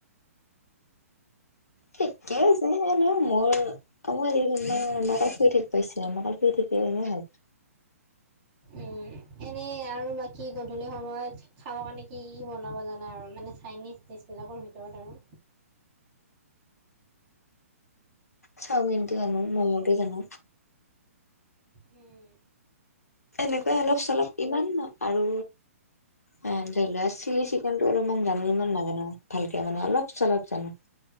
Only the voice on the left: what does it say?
ঠিকে আছে এনেও মোৰ - অ মইম মাল ফুৰি থঠ পাইছে মগাল ফু থাকই ভাল। <unintelligible>
চাওমিনটো জানো, ম'ম'টো জানো।
এনেকুৱাই অলপ চলপ ইমান ন আৰু, অ ধৰি লোৱা চিলি চিকেনটো অলপমান জানো, ইমান নাজানো ভালকে মানে অলপ চলপ জানো।